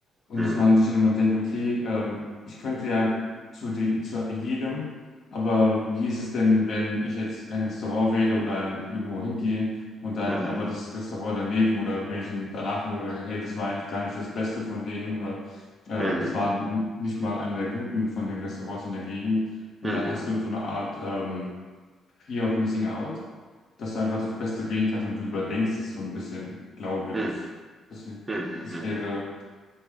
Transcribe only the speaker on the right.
Hm,
hm,
hm,
hm,
hm,
hm,
hm, hm,
hm.